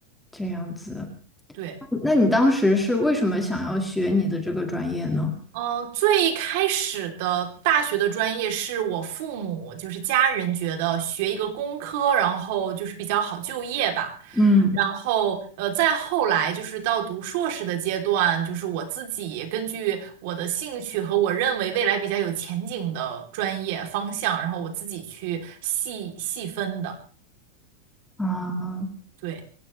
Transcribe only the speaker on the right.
对。
嗯，最开始的大学的专业是我父母，就是家人觉得学一个工科，然后就是比较好就业吧。
然后，呃，再后来就是到读硕士的阶段，就是我自己根据我的兴趣和我认为未来比较有前景的专业方向，然后我自己去细细分的。
对，